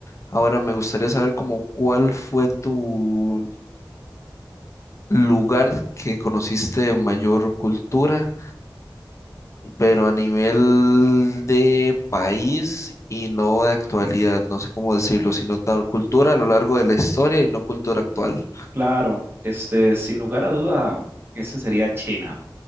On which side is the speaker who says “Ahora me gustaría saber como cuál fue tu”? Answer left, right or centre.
Left